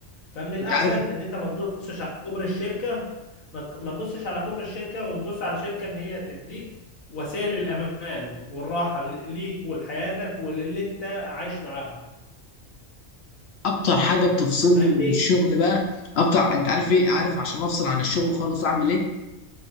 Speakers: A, on the left; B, on the left.
A: فمن الاحسن
B: انت عارف
A: ان انت ما تبصش على كبر الشركه ما تك- ما تبصش على كبر الشركه وتبص على شركه ان هي تديك وسائل الامان والراحه ل- ليك ولحياتك وللي انت عايش معاها
B: اكتر حاجه بتفصلني
A: انت فاهمني
B: من الشغل بقى اكتر انت عارف ايه عارف عشان افصل عن الشغل خالص اعمل ايه